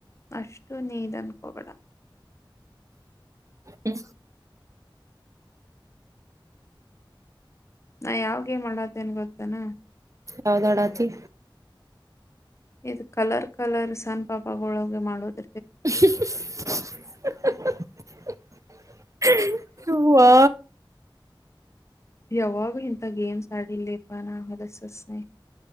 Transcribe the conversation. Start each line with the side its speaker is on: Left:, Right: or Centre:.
Left: ಅಷ್ಟು ನೀನ ಅನ್ಕೋ ಬೇಡಾ.
Right: ಹ್ಮ.
Left: ನಾ ಯಾವ ಗೇಮ್ ಆಡಾತ್ತೇನ ಗೊತ್ತೇನಾ.
Right: ಯಾವ್ದಾಡಾತಿ.
Left: ಇದು ಕಲರ್ ಕಲರ್ ಸಣ್ಣ ಪಾಪಗಳೊಳಗೆ ಮಾಡೋದ.
Right: <unintelligible> ಹವಾ.
Left: ಯಾವಾಗು ಹಿಂತ ಗೇಮ್ಸ್ ಆಡಿಲ್ಲ ಲೆ ಪಾ ನಾ ಹೋಲ್ಸ್ ಅಸಯ್ಯ.